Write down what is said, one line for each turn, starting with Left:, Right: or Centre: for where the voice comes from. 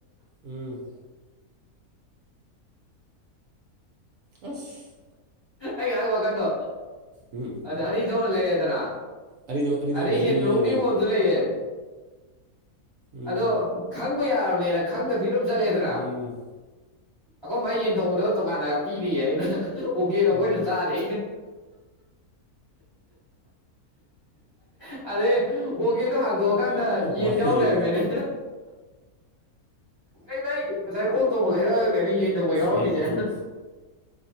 Right: ꯎꯝ ꯑꯁ
Left: ꯑꯩ ꯉꯥꯏꯍꯥꯛ ꯋꯥꯀꯟꯗꯣ
Right: ꯎꯝ
Left: ꯑꯗ ꯑꯅꯤ ꯊꯣꯛꯅ ꯂꯩꯌꯦꯗꯅ
Right: ꯑꯅꯤꯊꯣꯛ ꯑꯅꯤꯊꯣꯛ
Left: ꯑꯗꯩ
Right: ꯂꯩꯕꯅꯤꯅꯦ
Left: ꯍꯦꯟꯅ ꯅꯣꯛꯅꯤꯡꯕ
Right: ꯑꯗꯨꯗꯤ
Left: ꯑ ꯑꯃꯁꯨ ꯂꯩꯌꯦ
Right: ꯎꯝ
Left: ꯑꯗꯣ ꯈꯪꯕ ꯌꯥꯔꯕꯅꯤꯅ ꯈꯪꯗ ꯄꯤ ꯑꯗꯨꯝ ꯆꯠꯂꯦꯗꯅ
Right: ꯎꯝ
Left: ꯑꯩꯈꯣꯏ ꯃꯥꯏ ꯌꯦꯟ ꯊꯣꯡꯕꯗ ꯇꯣꯉꯥꯟꯅꯒ ꯄꯤꯔꯤꯌꯦ ꯑꯩꯅ ꯎꯀꯦꯗꯣ ꯑꯩꯈꯣꯏꯅ
Right: ꯎꯝ
Left: ꯆꯥꯔꯦ ꯑ ꯑꯗꯦ ꯑꯣꯒꯦꯗꯣ ꯍꯥꯡꯗꯣꯛꯑꯀꯥꯟꯗ ꯌꯦꯟ
Right: ꯋꯥꯔꯤꯗꯤ
Left: ꯌꯥꯎ ꯂꯩꯔꯝꯃꯦꯅꯦ ꯀꯩ ꯀ ꯉꯁꯥꯏ ꯑꯣꯜ ꯇꯣꯡꯉ ꯂꯩꯔ ꯀꯔꯤ ꯌꯦ ꯇꯧꯕ ꯌꯥꯎꯔꯝꯃꯤꯁꯦ
Right: ꯎꯝ ꯎꯝ